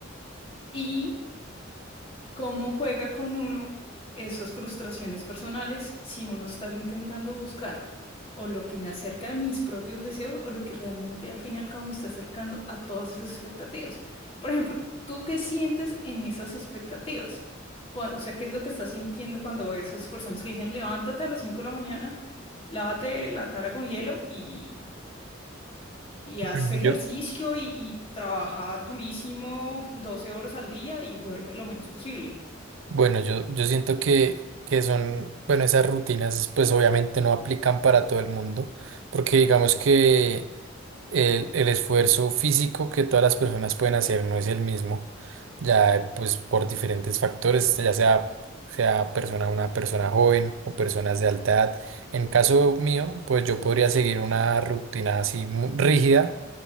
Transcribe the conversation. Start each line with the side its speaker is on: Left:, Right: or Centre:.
Left: y cómo juega con uno esas frustraciones personales si uno está intentando buscar o lo que me acerca a mis propios deseos o lo que realmente al fin y al cabo me está acercando a todas esas expectativas. Por ejemplo, ¿tú qué sientes en esas expectativas? Cua- O sea, ¿qué es lo que estás sintiendo cuando ves esas personas que dicen, levántate a las 5 de la mañana, lávate la cara con hielo y, y haz
Right: Bueno,
Left: ejercicio
Right: Yo,
Left: y, y trabaja durísimo 12 horas al día y duerme lo menos posible?
Right: bueno, yo, yo siento que, que son, bueno, esas rutinas pues obviamente no aplican para todo el mundo, porque digamos que el, el esfuerzo físico que todas las personas pueden hacer no es el mismo, ya pues por diferentes factores, ya sea, sea persona, una persona joven o personas de alta edad. En caso mío, pues yo podría seguir una rutina así mu- rígida